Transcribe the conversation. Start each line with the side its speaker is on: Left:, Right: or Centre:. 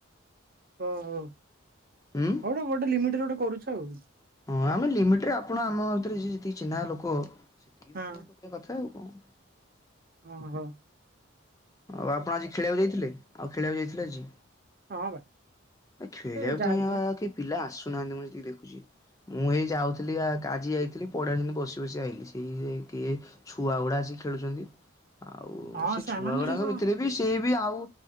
Right: ଓହୋ
Left: ହୁଁ
Right: ହଉଟେ ଗୋଟେ ଲିମିଟରେ ଗୋଟେ କରୁଛ ଆଉ।
Left: ହଁ ଆମେ ଲିମିଟ ରେ ଆପଣ ଆମ ଭିତରେ ସିଏ ଯେତିକି ଚିହ୍ନା ଲୋକ ସେତିକି
Right: ହଁ
Left: ଭିତରେ କରିବା କଥା ଆଉ କଣ।
Right: ଓ ହୋ।
Left: ଆଉ ଆପଣ ଆଜି ଖେଳିବାକୁ ଯାଇଥିଲେ ଆଉ ଖେଳିବାକୁ ଯାଇଥିଲେ ଆଜି।
Right: ହଁ ବା
Left: ଆ ଖେଳିବାକୁ
Right: ଏ ଯାଇଥିଲି
Left: ତ ଜମା କେହି ପିଲା ଆସୁନାହାନ୍ତି ମୁଁ ଯେତିକି ଦେଖୁଛି ମୁଁ ହେଇ ଯାଉଥିଲି ଆଜି ଯାଇଥିଲି ପଡ଼ିଆ ରେ ସେମିତି ବସି ବସି ଆଇିଲି ସିଏ କିଏ ଛୁଆ ଗୁଡା ଆସିିକି ଖେଳୁଛନ୍ତି ଆଉ
Right: ହଁ
Left: ସେ
Right: ସେମାନଙ୍କ
Left: ଛୁ
Right: ସହିତ
Left: ବି ସେ ବି ଆଉ